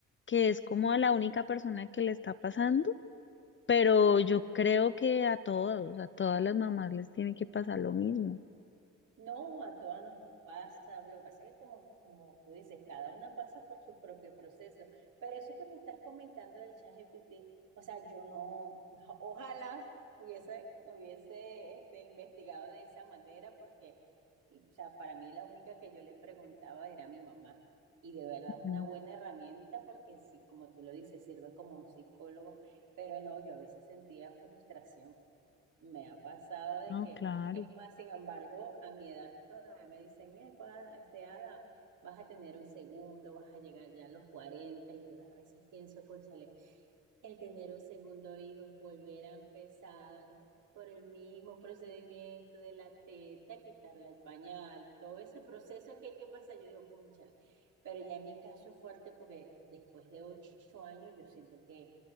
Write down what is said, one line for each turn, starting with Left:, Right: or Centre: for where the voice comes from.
Left: que es como a la única persona que le está pasando, pero
Right: sí,
Left: yo creo que a todos, a todas las mamás les tiene que pasar lo mismo.
Right: No, a todas nos pasa, pero lo que pasa es que como, como tú dices, cada una pasa por su propio proceso. Pero eso que me estás comentando del ChatGPT, o sea, yo no, <laughs> ojalá hubiese, hubiese este, investigado de esa manera, porque, o sea, para mí la única que yo le preguntaba era a mi mamá. Y de verdad es una
Left: Mm,
Right: buena herramienta porque sí, como tú lo dices, sirve como un psicólogo, pero no, yo a veces sentía frustración me ha pasado de
Left: No,
Right: que,
Left: claro.
Right: es más, sin embargo, a mi edad todavía me dicen, "Epa, este, Ada, vas a tener un segundo, vas a llegar ya a los cuarenta Y yo a veces pienso, cónchale, el tener un segundo hijo es volver a empezar por el mismo procedimiento de la teta, quitarle el pañal, todo ese proceso que hay que pasar. Yo digo, cónchale, pero ya en mi caso es fuerte porque después de ocho años yo siento que,